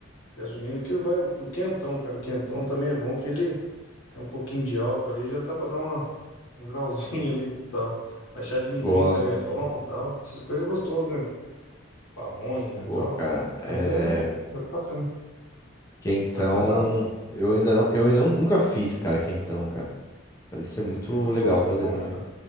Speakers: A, on the left; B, on the left.
A: Festa junina que vai o- do quentão, cara. O quentão também é bom que ele tem um pouquinho de álcool ali, já dá pra dar uma, um grauzinho <laughs> ali e tal. Mas chá de amendoim
B: Gosto.
A: também é bom e tal. Essas coisas é gostoso, né? Pamonha e
B: Pô,
A: tal.
B: cara, é.
A: Mas é, é bacana.
B: Que então.
A: Eu até tava.
B: Eu ainda não. Eu ainda nu- nunca fiz, cara, que então, cara. Deve ser muito
A: É gostoso,
B: legal fazer
A: que é bom.
B: também.